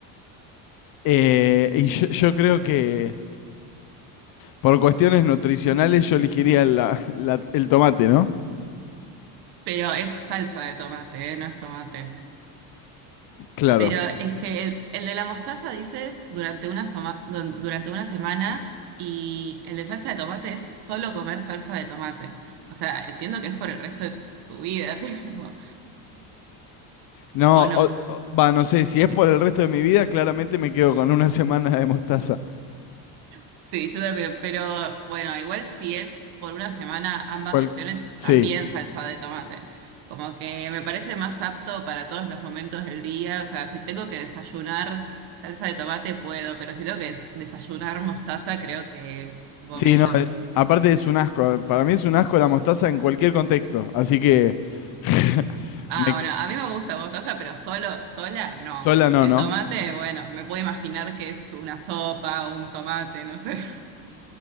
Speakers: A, on the left; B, on the right.
A: Eh, y yo, yo creo que, Por cuestiones nutricionales yo elegiría la- la- el tomate, ¿no?
B: Pero es salsa de tomate, ¿eh? No es tomate.
A: Claro.
B: Pero es que el, el de la mostaza dice durante una, soma- dun- durante una semana y el de salsa de tomate es solo comer salsa de tomate. O sea, entiendo que es por el resto de tu vida, <laughs> tipo,
A: No,
B: ¿o no?
A: o- o- va, no sé, si es por el resto de mi vida, claramente me quedo con una <laughs> semana de mostaza.
B: Sí, yo también, pero bueno, igual si es por una semana ambas
A: Cual-
B: opciones,
A: Sí,
B: también salsa de tomate. Como que me parece más apto para todos los momentos del día, o sea, si tengo que desayunar salsa de tomate puedo, pero si tengo que des- desayunar mostaza creo que vomito.
A: sí, no, eh, aparte es un asco, para mí es un asco la mostaza en cualquier contexto, así que <laughs>
B: Ah,
A: me que-
B: bueno, a mí me gusta mostaza, pero solo, sola, no.
A: sola no,
B: El
A: ¿no?
B: tomate, bueno, me puedo imaginar que es una sopa o un tomate, no sé. <laughs>